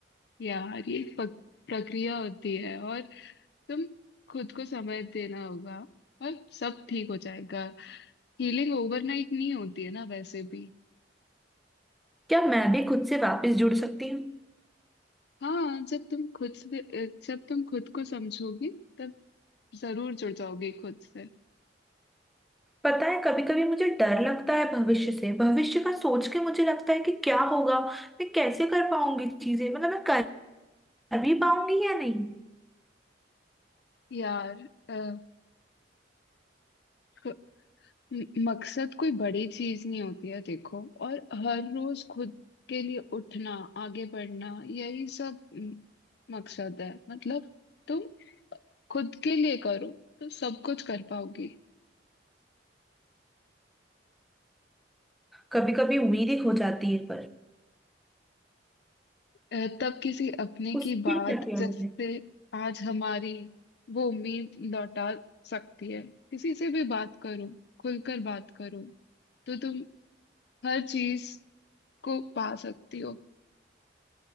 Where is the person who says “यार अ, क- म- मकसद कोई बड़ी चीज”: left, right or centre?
Left